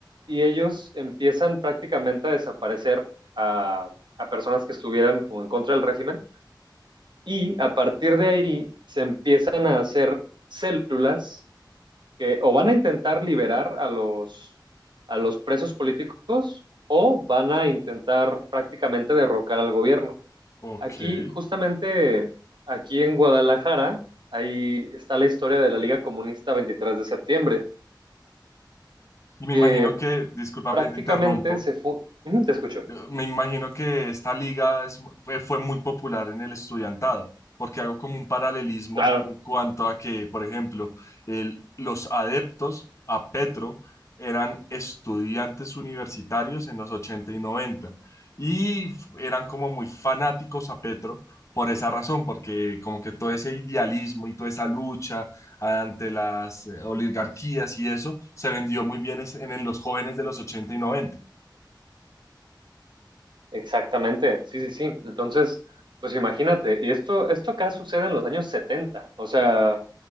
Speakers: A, on the right; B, on the left.
A: y ellos empiezan prácticamente a desaparecer a, a personas que estuvieran como en contra del régimen y a partir de ahí se empiezan a hacer células que o van a intentar liberar a los, a los presos políticos o van a intentar prácticamente derrocar al gobierno.
B: ok.
A: Aquí, justamente aquí en Guadalajara, ahí está la historia de la Liga Comunista veintitrés de septiembre,
B: Y me
A: que
B: imagino que, disculpa,
A: prácticamente
B: te interrumpo,
A: se fue... <clears throat> Te escucho.
B: Me imagino que esta liga es- fue fue muy popular en el estudiantado, porque hago como un paralelismo
A: Claro.
B: en cuanto a que, por ejemplo, el- los adeptos a Petro eran estudiantes universitarios en los 80 y 90 y f- eran como muy fanáticos a Petro por esa razón, porque como que todo ese idealismo y toda esa lucha ante las eh, oligarquías y eso se vendió muy bien es- en, en los jóvenes de los 80 y noventa.
A: Exactamente, sí, sí, sí. Entonces, pues imagínate, y esto, esto acá sucede en los años 70. o sea,